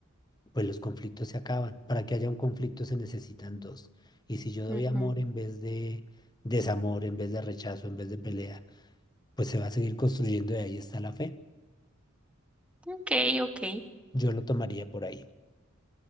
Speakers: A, on the left (about 20°); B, in the centre.
A: pues los conflictos se acaban. Para que haya un conflicto se necesitan dos. Y si yo doy
B: ujú.
A: amor en vez de desamor, en vez de rechazo, en vez de pelea, pues se va a seguir construyendo y ahí está la fe.
B: Ok, ok,
A: Yo lo tomaría por ahí.